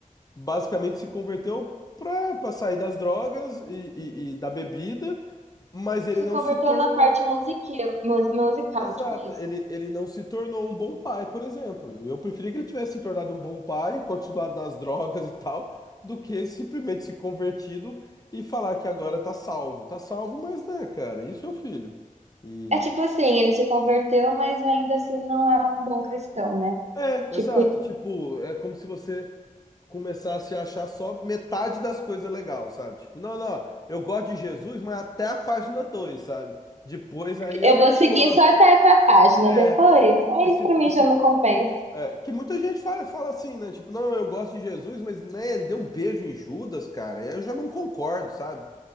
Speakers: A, on the left; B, on the right.
A: basicamente se converteu pra, pra sair das drogas e, e e da bebida, mas ele
B: se
A: não
B: converteu
A: se tornou.
B: na parte musiquil- mus- musical,
A: Exato,
B: tipo isso.
A: ele, ele não se tornou um bom pai, por exemplo. Eu preferia que ele tivesse se tornado um bom pai, continuado nas drogas e tal, do que simplesmente se convertido e falar que agora tá salvo. Tá salvo, mas né, cara, isso é o filho. E.
B: É tipo assim, ele se converteu, mas ainda assim não é um bom cristão, né?
A: É,
B: Tipo,
A: exato. Tipo, é como se você começasse a achar só metade das coisas legal, sabe? Tipo, não, não, eu gosto de Jesus, mas até a página 2 sabe? Depois aí eu
B: eu
A: já
B: vou
A: não
B: seguir
A: gosto.
B: só até essa página
A: é
B: depois. Aí
A: Esse,
B: pra mim
A: esse
B: já não compensa.
A: É, que muita gente fala, fala assim, né? Tipo, não, eu gosto de Jesus, mas né, ele deu um beijo em Judas, cara. E aí eu já não concordo, sabe?